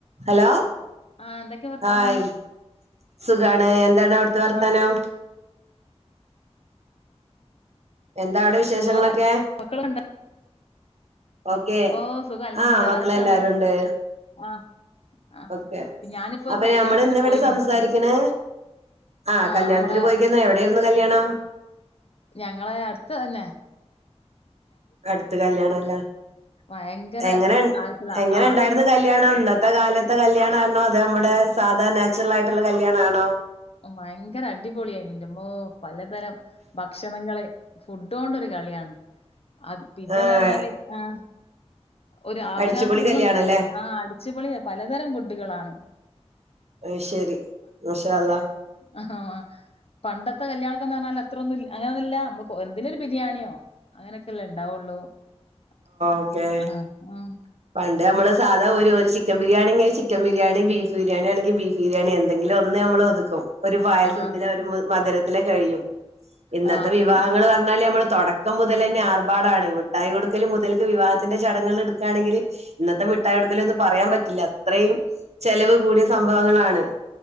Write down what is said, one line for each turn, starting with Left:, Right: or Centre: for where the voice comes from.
Right: Hello,
Left: ആഹ് എന്തൊക്കെ വർത്താനം
Right: ആയ് സുഖാണ്, എന്താണ് അവിടുത്തെ വർത്താനം.
Left: ആഹ്
Right: എന്താ, അവിടെ വിശേഷങ്ങളൊക്കെ?
Left: ഓ നല്ല മക്കളുണ്ടോ
Right: ഓക്കെ,
Left: ഓ സുഖം അൽഹംദുലില്ലാ
Right: ആ മകള്ളാലരുണ്ട്.
Left: റാഹത്താണ് ആഹ് ആഹ്
Right: ഓക്കെ,
Left: ഞാനിപ്പോ ഒരു
Right: അപ്പൊ
Left: കല്യാണത്തിന്
Right: നമ്മള് ഇന്ന് ഇവിടെ
Left: പോയി
Right: സംസാരിക്ക്ണ്
Left: വന്നതാ
Right: ആ,
Left: ആഹ്
Right: കല്യാണത്തിന്
Left: നമ്മളെ
Right: പൊയ്ക്കാന് എവിടൊയിരുന്നു കല്യാണം.
Left: ഞങ്ങളെ, അടുത്തന്നെ
Right: അടുത്ത് കല്യാണല്ലേ.
Left: ഭയങ്കര
Right: എങ്ങനെ,
Left: ആയിട്ടുള്ള
Right: എങ്ങനെ
Left: ആഡംബ
Right: ഇണ്ടായിരുന്നു കല്യാണം. ഇന്നത്തെ കാലത്തെ കല്യാണണോ അതോ നമ്മുടെ, സാധാരണ നാച്ചുറൽ ആയിട്ടുള്ള കല്യാണണോ
Left: ഭയങ്കര അടിപൊളിയയിന്ന് ന്റമ്മോ പലതരം, ഭക്ഷണങ്ങള് ഫുഡോണ്ടൊരു കളിയാണ്. അത്, പിന്നെന്ന്
Right: ആഹ്
Left: പറഞ്ഞാല് ആ ഒര് ആ
Right: അടിച്ചുപൊളി
Left: ഒരാൾക്ക് തിന്നും
Right: കല്യാണം അല്ലേ
Left: ആ അടിച്ചുപൊളിയാ പലതരം ഫുഡുകളാണ്.
Right: ആയിശ്ശേരി, മാഷാഅള്ഹ.
Left: അഹ പണ്ടത്തെ കല്യാണക്കെ, എന്ന് പറഞ്ഞാൽ ആത്രെന്നുല്ല, അങ്ങനെന്നുല്ല നമ്മക്, എന്തേലും ഒരു ബിരിയാണിയോ അങ്ങനൊക്കെ, ല്ലേ, ഇണ്ടാവുള്ളൂ ഇണ്ടാവോള്ളു
Right: ഓക്കെ
Left: ആ മം.
Right: പണ്ട് നമ്മള് സാധാ ഒരു- ചിക്ക ബിരിയാണി ചിക്കൻ ബിരിയാണി ബീഫ് ബിരിയാണിണെങ്കിൽ ബീഫ് ബിരിയാണി എന്തങ്കിലും ഒന്ന് നമ്മൾ ഒതുക്കും. ഒരു പായസത്തില
Left: ആഹ്
Right: ഒരു മധുരത്തില കഴിയും ഇന്നത്തെ
Left: ആഹ് അതന്നെ
Right: വിവാഹങ്ങൾ പറഞ്ഞാല് നമ്മള്- തുടക്കം മുതൽ തന്നെ ആർഭാടാണ് മിട്ടായി കൊടുക്കൽ മുതൽക്ക് വിവാഹത്തിന്റെ ചടങ്ങൾ എടുക്കുകയാണെങ്കിൽ- ഇന്നത്തെ മിഠായി എടുക്കല ഒന്നും പറയാൻ പറ്റില്ല അത്രയും ചെലവ് കൂടിയ സംഭവങ്ങളാണ്.